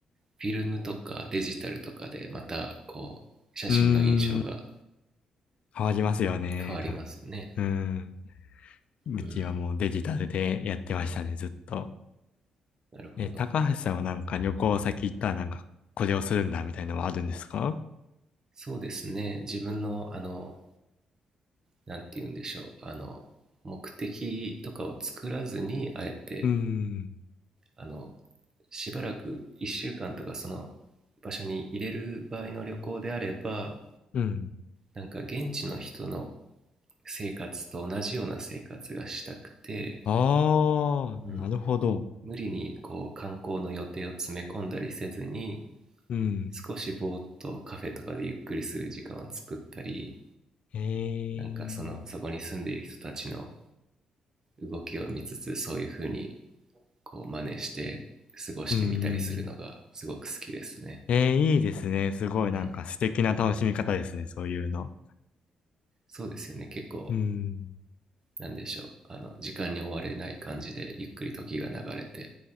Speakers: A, on the right (about 30°); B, on the left (about 60°).
A: フィルムとかデジタルとかでまたこう写真の印象が
B: うーん。変わりますよね。
A: 変わりますね。
B: かうん。うちはもうデジタルでやってましたね、
A: うん、
B: ずっと。
A: なるほど。
B: え、高橋さんはなんか旅行先行ったらなんかこれをするんだみたいなのはあるんですか
A: そうですね。自分のあのなんて言うんでしょう。あの目的とかを作らずにあえて
B: うん。
A: あのしばらく1週間とかその場所に入れる場合の旅行であれば
B: うん。
A: なんか現地の人の生活と同じような生活がしたくて、
B: ああ、
A: うん、
B: なるほど。
A: 無理にこう観光の予定を詰め込んだりせずに
B: うん。
A: 少しぼーっとカフェとかでゆっくりする時間を作ったり
B: へえ
A: なんかそのそこに住んでいる人たちの動きを見つつそういう風にこう真似して過ごしてみたりするのがすごく好きですね。
B: うんうん、えーいいですね。すごいなんか素敵な楽しみ方ですね。
A: うん、
B: そういうの。
A: そうですよね結構
B: うん、
A: なんでしょうあの時間に追われない感じでゆっくり時が流れて、